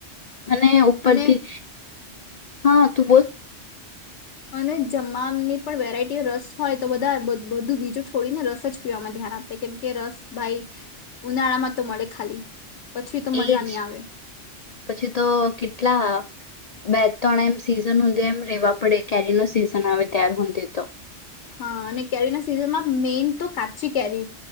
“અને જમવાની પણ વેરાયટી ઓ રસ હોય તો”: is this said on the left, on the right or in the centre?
Left